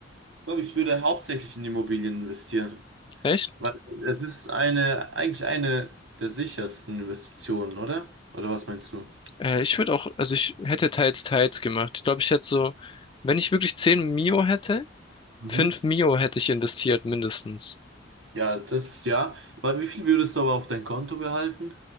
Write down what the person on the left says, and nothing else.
Echt?
Äh, ich würde auch, also ich hätte teils, teils gemacht. Ich glaube, ich hätte so, wenn ich wirklich 10 Mio hätte,
5 Mio hätte ich investiert, mindestens.